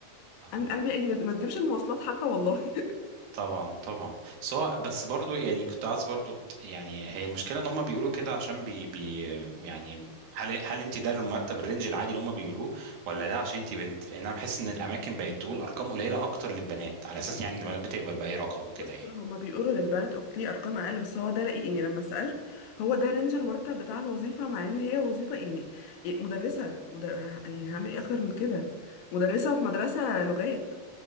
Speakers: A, on the right (about 80°); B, on the left (about 80°).
A: اه
B: اعمل اعمل بيها ايه دي ما ما تجيبش المواصلات حتى والله <laughs>
A: طبعا طبعا سواء بس برضو يعني كنت عايز برضو يعني هي المشكلة ان هم بيقولوا كده عشان بي... بي يعني هل هل انت ده المرتب الرينج العادي اللي هم بيقولوه ولا ده عشان انت بنت لان انا بحس ان الاماكن بقت تقول ارقام قليلة اكتر للبنات على اساس يعني ان البنات بتقبل باي رقم وكده
B: بص
A: يعني
B: هما بيقولوا للبنات اوكي ارقام اقل بس هو ده رأيي يعني لما سألت هو ده رينج المرتب بتاع الوظيفه مع ان هي وظيفه يعني يعني مدرسه مدر... يعني هعمل ايه اكتر من كده مدرسه في مدرسه لغات